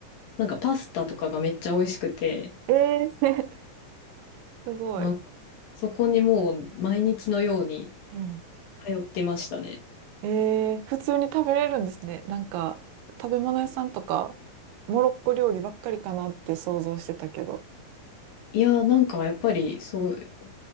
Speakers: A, on the left; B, on the right.
A: なんかパスタとかがめっちゃ美味しくて、
B: ええ <laughs> すごい。
A: なんかそこにもう毎日のように
B: うん
A: 通ってましたね。
B: えー、普通に食べれるんですね。なんか、食べ物屋さんとか、モロッコ料理ばっかりかなって想像してたけど。
A: いやーなんかやっぱりそう、